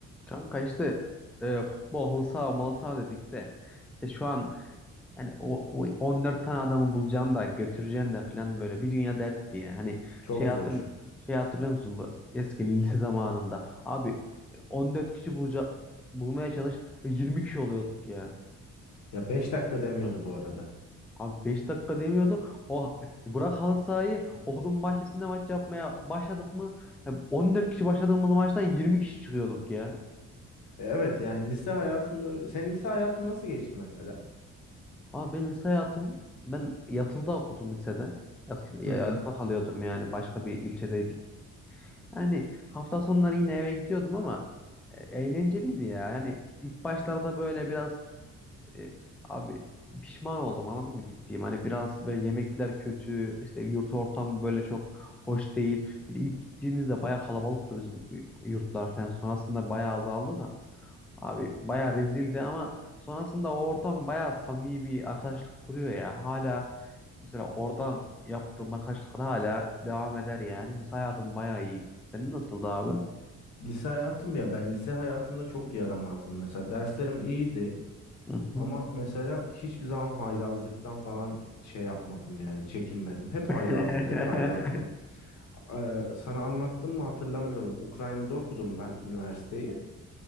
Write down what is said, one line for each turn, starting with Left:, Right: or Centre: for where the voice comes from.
Centre: Kanka işte e, futbol halı saha malı saha dedik de işte şu an yani o, o 14 tane adamı bulacaksın da götüreceksin de falan böyle bir dünya dert diye. Hani
Left: Çok
Centre: şey hatırl
Left: zor.
Centre: şey hatırlıyor musun bu eski lise zamanında? Abi e, 14 kişi bulacak bulmaya çalış ve 20 kişi oluyorduk ya.
Left: Ya 5 dakika demiyordu bu arada.
Centre: Abi 5 dakika demiyordu. O e, bırak halı sahayı okulun bahçesinde maç yapmaya başladık mı? Yani 14 kişi başladığımız maçtan 20 kişi çıkıyorduk ya.
Left: E, Evet yani lise hayatında öyle. Senin lise hayatın nasıl geçti mesela?
Centre: Ama benim lise hayatım ben yatılıda okudum lisede. Yatılı, ya-
Left: Hı hı.
Centre: yatılı kalıyordum yani başka bir ilçedeydik. Yani hafta sonları yine eve gidiyordum ama e, eğlenceliydi ya. Yani ilk başlarda böyle biraz e, abi pişman oldum anladın mı gittiğim. Hani biraz böyle yemekler kötü işte yurt ortamı böyle çok hoş değil. Bir de ilk gittiğimizde baya kalabalıktı bizim yurtlar falan. Sonrasında baya azaldı da. Abi bayağı rezildi ama sonrasında o ortam bayağı samimi bir arkadaşlık kuruyor ya. Hala mesela oradan yaptığım arkadaşlıklar hala devam eder yani. Lise hayatım bayağı iyiydi. Senin nasıldı abi?
Left: Lise hayatım ya ben lise hayatımda çok yaramazdım mesela. Derslerim iyiydi
Centre: Hı hı.
Left: ama mesela hiçbir zaman haylazlıktan falan şey yapmadım yani çekinmedim. Hep
Centre: <laughs>
Left: haylazdım, hep haylazdım. Ee, sana anlattım mı hatırlamıyorum. Ukrayna'da okudum ben üniversiteyi.